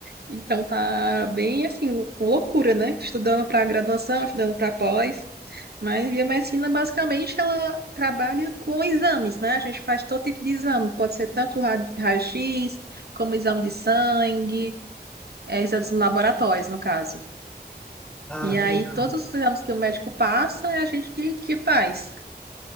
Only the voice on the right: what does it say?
Então tá bem assim, loucura, né? Estudando para graduação, estudando para pós. Mas biomedicina basicamente ela trabalha com exames, né? A gente faz todo tipo de exame, pode ser tanto ra- raio-x, como exame de sangue, é, exames laboratórios, no caso.
E aí
todos os exames que o médico passa é a gente que, que faz.